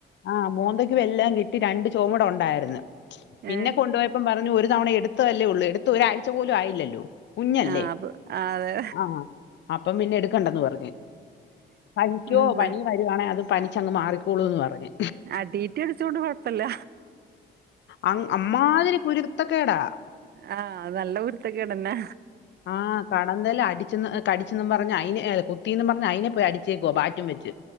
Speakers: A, on the left (about 65°); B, on the right (about 55°).
A: ആഹ് മോന്തയ്ക്കും എല്ലാം കിട്ടി രണ്ട് ചൊമട് ഉണ്ടായിരുന്നു പിന്നെ
B: ഏഹ്
A: കൊണ്ടുപോയ- ഇപ്പം പറഞ്ഞു ഒരു തവണ എടുത്തതല്ലേ ഉള്ളൂ എടുത്ത് ഒരാഴ്ച പോലും ആയില്ലല്ലോ കുഞ്ഞല്ലേ
B: ആഹ് അപ്പൊ അതെ.
A: ആഹ് അപ്പം പിന്നെ എടുക്കണ്ടന്ന് പറഞ് പനിക്കോ
B: ഉം
A: പനി- വരുവാണെ അത് പനിച്ച് അങ്ങ് മാറിക്കോള്ളൂ എന്ന് പറഞ്ഞു.
B: ആഹ് ഡീറ്റി അടിച്ചോണ്ട് കൊഴപ്പയില്ല
A: ഉം അമ്മാതിരി കുരുത്തക്കേടാ
B: ആഹ നല്ല കുരുത്തക്കെട് തന്നെ.
A: ആഹ് കടന്തല് അടിച്ചെന്ന് കടിച്ചും പറഞ്ഞ് അതിനെ അല്ല കുത്തിന്നു പറഞ്ഞ് അതിനെ പോയി അടിച്ചേക്കുവ ബാറ്റും വെച്ച്.